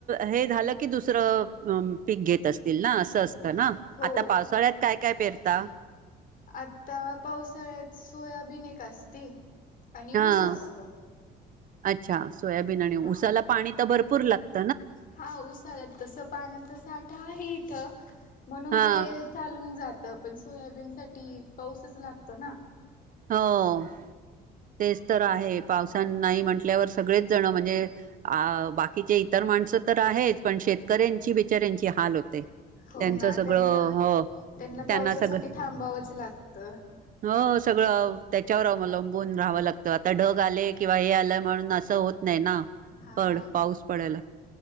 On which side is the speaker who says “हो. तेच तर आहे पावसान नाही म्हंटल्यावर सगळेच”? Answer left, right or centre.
Right